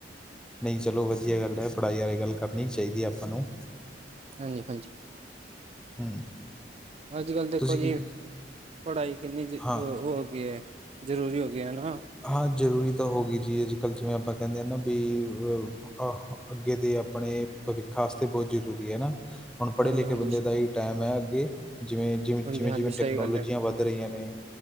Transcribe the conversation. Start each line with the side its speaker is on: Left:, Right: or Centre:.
Centre: ਨਈ ਚਲੋ ਵਧੀਆ ਗੱਲ ਆ, ਪੜ੍ਹਾਈ ਅੱਜ-ਕੱਲ ਕਰਨੀ ਚਾਹੀਦੀ ਆਪਾਂ ਨੂੰ
Right: ਹਾਂਜੀ-ਹਾਂਜੀ
Centre: ਹੂੰ।
Right: ਅੱਜ-ਕੱਲ ਦੇਖੋ
Centre: ਤੁਸੀਂ
Right: ਜੀ,
Centre: ਕੀ
Right: ਪੜ੍ਹਾਈ ਕਿੰਨੀ ਜ
Centre: ਹਾਂ
Right: ਹੋ ਗਈ ਐ ਜ਼ਰੂਰੀ ਹੋ ਗਈ ਹਨਾ
Centre: ਹਾਂ ਜ਼ਰੂਰੀ ਤਾਂ ਹੋ ਗਈ ਜੀ, ਅੱਜ-ਕੱਲ ਜਿਵੇਂ ਆਪਾਂ ਕਹਿੰਦੇ ਆ ਨਾ ਵੀ ਅ ਆਹ ਅੱਗੇ ਦੇ ਆਪਣੇ, ਭਵਿੱਖ ਆਸਤੇ ਬਹੁਤ ਜਰੂਰੀ ਆ ਨਾ ਹੁਣ ਪੜ੍ਹੇ
Right: ਹਾਂਜੀ
Centre: ਲਿਖੇ
Right: ਹਾਂਜੀ
Centre: ਬੰਦੇ ਦਾ ਹੀ, ਟਾਈਮ ਆ ਅੱਗੇ ਜਿਵੇਂ ਜਿਵੇਂ
Right: ਹਾਂਜੀ
Centre: ਜਿਵੇਂ-ਜਿਵੇਂ
Right: ਹਾਂਜੀ
Centre: ਟੈਕਨੋਲੋਜੀਆਂ
Right: ਸਹੀ ਗੱਲ ਹੈ,
Centre: ਵੱਧ ਰਹੀਆਂ ਨੇ,